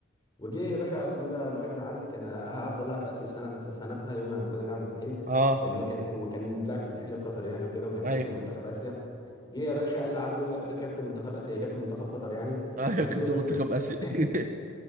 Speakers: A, on the left; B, on the right.
A: وجه يا باشا اسمه ده المعز علي كان هفضل لاعب في اسيا السنه سنتها يوم ما كنا نلعب الدحيل
B: اه
A: اللي هو كان وكان لاعب في الدحيل القطري يعني وكده وكان
B: ايوه
A: كابتن منتخب اسيا جه يا باشا قال لي قعد يقول لك كابتن منتخب اسيا إيه، كابتن منتخب قطر يعني
B: ايوه
A: فجه
B: <laughs>
A: يقول
B: كنت
A: لك
B: منتخب
A: ايه
B: اسيا
A: <laughs>
B: <laughs>